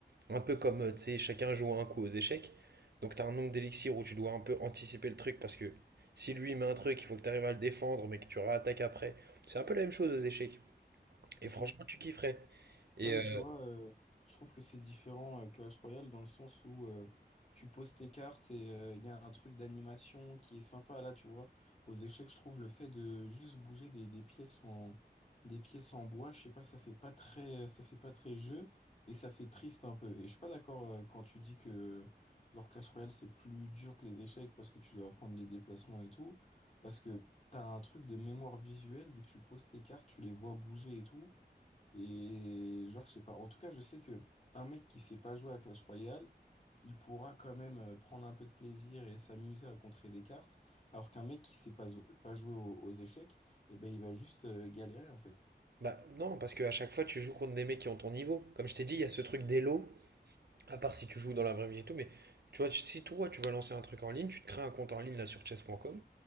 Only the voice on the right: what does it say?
Un peu comme, euh, tu sais, chacun joue un coup aux échecs. Donc tu as un nombre d'élixirs où tu dois un peu anticiper le truc parce que si lui met un truc, il faut que tu arrives à le défendre mais que tu réattaques après. C'est un peu la même chose aux échecs. Et
franchement, tu kifferais. Et
euh,
bah non, parce qu'à chaque fois, tu joues contre des mecs qui ont ton niveau. Comme je t'ai dit, il y a ce truc d'élo, à part si tu joues dans la vraie vie et tout, mais tu vois, tu- si toi, tu vas lancer un truc en ligne, tu te crées un compte en ligne là sur chess.com,